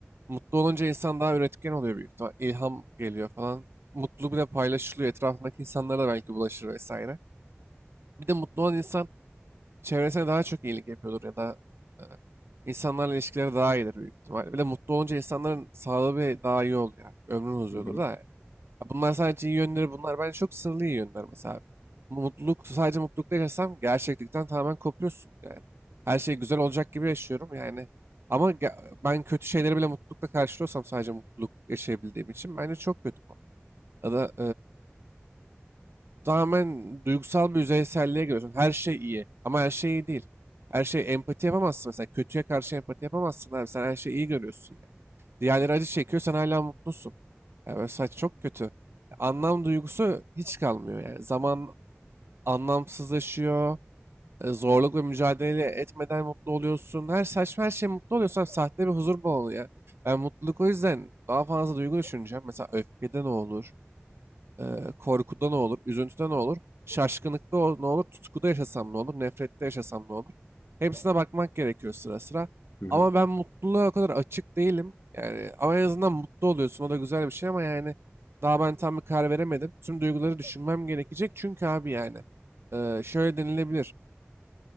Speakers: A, on the right; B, on the left.
A: Mutlu olunca insan daha üretken oluyor büyük ihtimal. İlham geliyor falan. Mutluluk bile paylaşılıyor. Etrafındaki insanlara da belki bulaşır vesaire. Bir de mutlu olan insan çevresine daha çok iyilik yapıyordur ya da e, insanlarla ilişkileri daha iyidir büyük ihtimalle. Bir de mutlu olunca insanların sağlığı bir daha iyi oluyor. Yani. Ömrün uzuyordur
B: Hı hı.
A: da. Yani. Ya Bunlar sadece iyi yönleri bunlar. Bence çok sınırlı iyi yönler mesela. Bu Mutluluk, sadece mutlulukta yaşasam gerçeklikten tamamen kopuyorsun yani. Her şey güzel olacak gibi yaşıyorum yani. Ama ge- ben kötü şeyleri bile mutlulukla karşılıyorsam sadece mutluluk yaşayabildiğim için bence çok kötü bu. Ya da tamamen duygusal bir yüzeyselliğe giriyorsun. Her şey iyi ama her şey iyi değil. Her şey empati yapamazsın mesela. Kötüye karşı empati yapamazsın abi. Sen her şeyi iyi görüyorsun yani. Diğerleri acı çekiyor sen hala mutlusun. Yani böyle saç çok kötü. Anlam duygusu hiç kalmıyor yani. Zaman anlamsızlaşıyor. E, Zorluk ve mücadele etmeden mutlu oluyorsun. Her saçma her şey mutlu oluyorsan sahte bir huzur balonu ya. Ben mutluluk o yüzden daha fazla duygu düşüneceğim. Mesela öfkede ne olur? Eee, korkuda ne olur, üzüntüde ne olur, şaşkınlıkta o- ne olur, tutkuda yaşasam ne olur, nefrette yaşasam ne olur. Hepsine bakmak gerekiyor sıra sıra.
B: Hı hı.
A: Ama ben mutluluğa o kadar açık değilim. Yani ama en azından mutlu oluyorsun. O da güzel bir şey ama yani daha ben tam bir karar veremedim. Tüm duyguları düşünmem gerekecek. Çünkü abi yani eee, şöyle denilebilir.